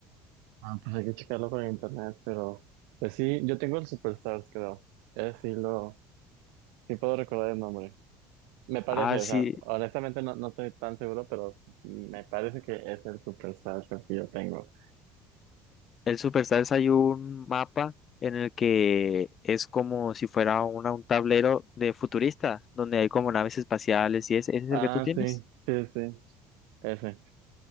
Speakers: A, on the right; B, on the left.
A: Ah, pues hay que checarlo con internet, pero pues sí, yo tengo el Superstars, creo. Es sí lo, sí puedo recordar el nombre. Me parece,
B: Ah, sí,
A: o sea, honestamente no, no estoy tan seguro, pero me parece que es el Superstars el que yo tengo.
B: el Superstars hay un mapa en el que es como si fuera una- un tablero de futurista, donde hay como naves espaciales y ese, ese es
A: Ah,
B: el que tú tienes.
A: sí, sí, sí, ese.